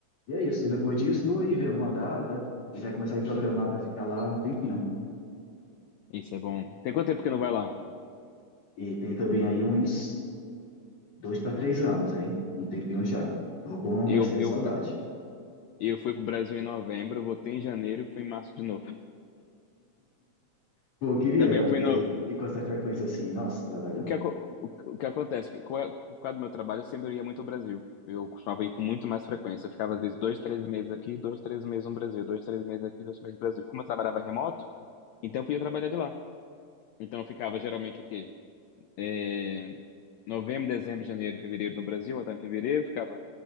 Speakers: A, on the left (about 50°); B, on the left (about 80°).
A: E é isso. Depois disso, vou ir ver alguma data e já começar a me programar para ficar lá um tempinho.
B: isso é bom. Tem quanto tempo que não vai lá?
A: E tem também aí uns dois para três anos, hein? Um tempinho já. Tô com
B: Eu,
A: bastante
B: eu,
A: saudade.
B: E eu fui pro Brasil em novembro, eu voltei em janeiro e fui em março de novo.
A: Pô, eu queria
B: Também eu fui
A: é,
B: no.
A: ir ir com essa frequência assim. Nossa, velho.
B: O que, aco- o que acontece? que qual é- Por causa do meu trabalho, eu sempre ia muito ao Brasil. Eu costumava ir com muito mais frequência. Eu ficava, às vezes, dois, três meses aqui, dois, três meses no Brasil, dois, três meses aqui, dois, três meses no Brasil. Como eu trabalhava remoto, então eu podia trabalhar de lá. Então eu ficava geralmente o quê? É, Novembro, dezembro, janeiro e fevereiro no Brasil, até em fevereiro, ficava